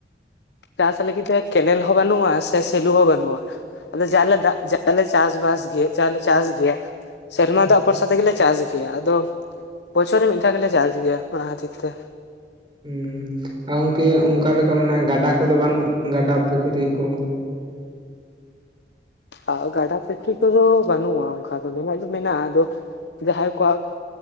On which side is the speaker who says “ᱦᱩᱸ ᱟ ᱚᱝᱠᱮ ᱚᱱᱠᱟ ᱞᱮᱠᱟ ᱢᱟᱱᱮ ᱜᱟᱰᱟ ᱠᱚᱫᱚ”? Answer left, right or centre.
Right